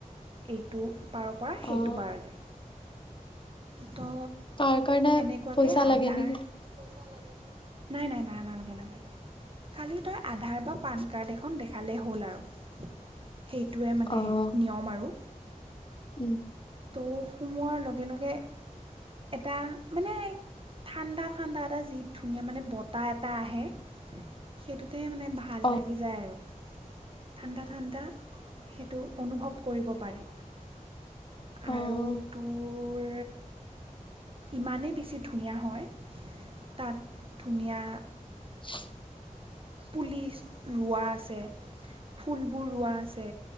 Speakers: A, on the right; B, on the left.
A: এইটো পাৰ পৰা
B: অ'
A: সেইটো পাৰলৈ। তো
B: তাৰ কাৰণে,
A: এনেকুৱাকৈ
B: পইচা
A: আধাৰ
B: লাগে নেকি?
A: <inaudible> নাই নাই নাই না নালাগে নালাগে, খালি তই আধাৰ বা পান কাৰ্ড এখন দেখালেই হ'ল আৰু। সেইটোৱে মানে
B: অ'
A: নিয়ম আৰু।
B: উম।
A: তো সোমোৱাৰ লগে লগে এটা মানে, ঠাণ্ডা ঠাণ্ডা এটা যি ধুনীয়া মানে বতাহ এটা আহে। সেইটো তাতে মানে ভাল
B: অ',
A: লাগি যায় আৰু। ঠাণ্ডা ঠাণ্ডা, সেইটো অনুভৱ কৰিব পাৰি। আৰু
B: অ',
A: তোৰ, ইমানেই বেছি ধুনীয়া হয়, তাত ধুনীয়া
B: উম
A: পুলিচ ৰোৱা আছে। ফুলবোৰ ৰোৱা আছে।